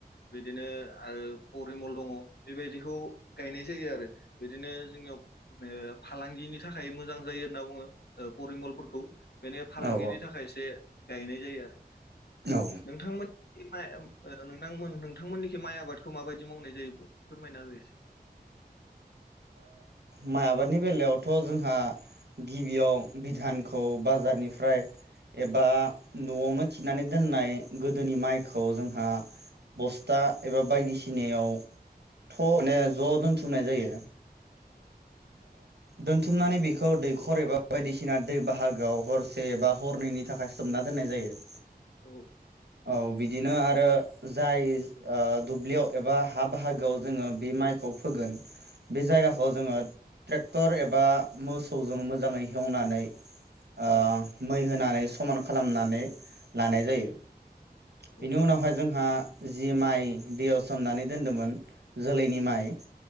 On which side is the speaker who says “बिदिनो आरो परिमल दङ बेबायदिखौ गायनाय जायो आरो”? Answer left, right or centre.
Left